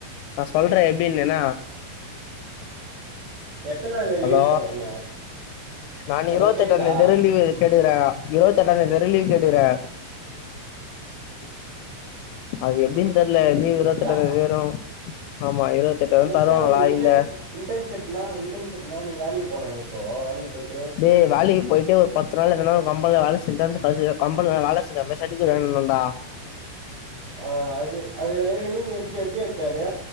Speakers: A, on the left; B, on the right.
A: நா சொல்றே எப்படின்னு என்னா
B: எத்தனை நாள்
A: ஹலோ
B: லீவு போட வரீங்க
A: நான்
B: ஹலோ
A: இருபத்த
B: கேட்குதா
A: எட்டாம்ந்ததி வர லீவு கேட்டு இருக்கிறே இருவத்தி எட்டா தேதி வர லீவ் கேட்ருக்றே அது எப்டின்னு தெர்ல
B: இருவத்தி
A: லீவ் இருவத்தெட்டாந்
B: எட்டா
A: தேதி வரு ஆமா இருவத்தெட்டாந்தேதி
B: அது எப்படிடா
A: தருவாங்களா
B: உனக்கு இன்
A: இல்ல
B: இன்டர்ன்ஷிப்னா இன்டர்ன்ஷிப்னா நீ வேலிக்கு போனுமா இப்போ வேலிய <unintelligible>
A: டே வேலைக்கு போயிட்டு ஒரு பத் தா எதனா ஒரு கம்பெனில வேலை செஞ் கம்பெனில வேல செஞ்ச மாறி சர்டிஃபிகேட் வாங்கிட்டு வந்தோம்டா
B: ஆ அது அது ஏற்கனவே நீ எடுத்துட்டு எப்படி எடுத்த அது